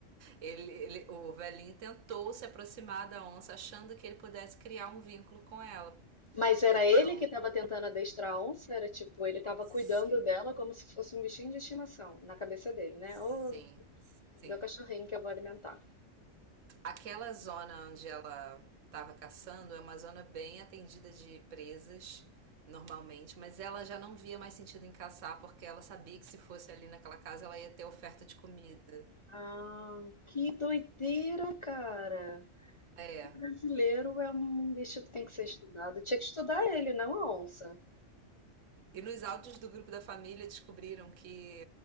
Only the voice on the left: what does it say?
Mas era
ele que estava tentando adestrar a onça? Era tipo, ele estava
cuidando dela como se fosse um bichinho de estimação, na cabeça dele, né? Ô,
meu cachorrinho que eu vou alimentar.
Ah, que doideira, cara!
É brasileiro é um bicho que tem que ser estudado. Tinha que estudar ele, não a onça.